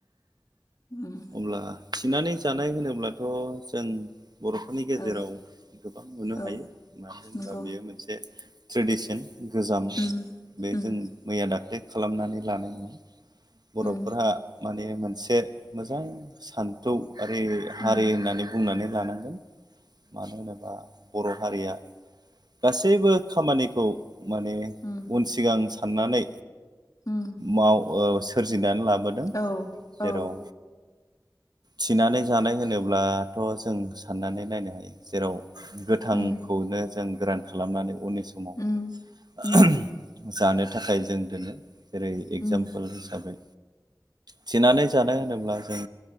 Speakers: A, on the left; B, on the right.
A: ओम।
B: ओ अब्ला थिनानै जानाय होनोब्लाथ' जों बर' बेनि गेजेराव
A: औ
B: गोबां नुनो
A: औ
B: हायो मानो होनबा
A: नंगौ
B: बेयो मोनसे ट्रेडिसना गोजाम
A: उम
B: बे
A: उम
B: जों मैया दाख्लै खालामनानै लानाय नङाना बर'फोरा
A: उम
B: माने मोनसे मोजां साना थौ आरि हारि
A: उम
B: होननानै बुंनानै लानांगोन मानो होनोबा बर' हारिया गासैबो खामानिखौ माने
A: ओम।
B: उन सिगां साननानै
A: उम
B: माव ओ सोरजिनानै लाबो दों
A: औ
B: जेराव
A: औ
B: थिनानै जानाय होनोब्लाथ' जों साननानै नायनो हायो ओ जेराव गोथां
A: उम
B: खौनो जों गोरान खालामनानै उननि समाव
A: उम उम
B: जानो थाखाय जों दोनो जेरै एगजामपोल
A: उम
B: हिसाबै थिनानै जानो होनोब्ला जों